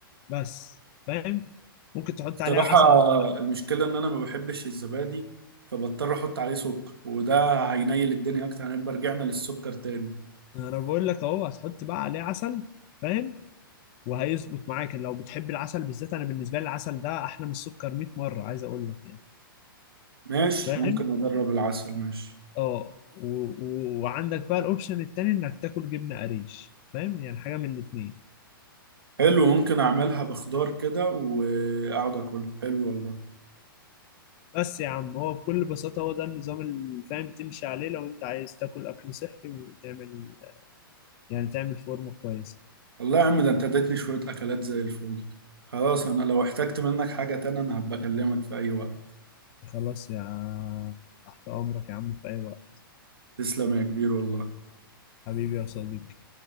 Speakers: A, on the left (about 35°); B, on the right (about 85°).
A: بس فاهم ممكن تحط
B: بصراحة
A: عليها عسل
B: المشكلة ان انا ما بحبش الزبادي فبضطر احط عليه سكر وده هينيل الدنيا اكتر هنبقى رجعنا للسكر تاني
A: انا بقول لك اهو هتحط بقى عليه عسل فاهم وهيظبط معاك لو بتحب العسل بالذات انا بالنسبه لي العسل ده احلى من السكر 100 مره عايز اقول لك يعني
B: ماشي
A: فاهم
B: ممكن اجرب العسل ماشي
A: اه و- و- وعندك بقى الاوبشن التاني انك تاكل جبنه قريش فاهم يعني حاجه من الاتنين
B: حلو ممكن اعملها بخضار كده واقعد اكل حلو والله
A: بس يا عم هو بكل بساطه هو ده النظام اللي فاهم تمشي عليه لو انت عايز تاكل اكل صحي وتعمل يعني تعمل فورمه كويسه
B: والله يا عم ده انت اديتني شوية اكلات زي الفل خلاص انا لو احتجت منك حاجة تانية انا هبقى اكلمك في اي وقت
A: خلاص يا تحت امرك يا عم في اي وقت
B: تسلم يا كبير والله
A: حبيبي يا صديقي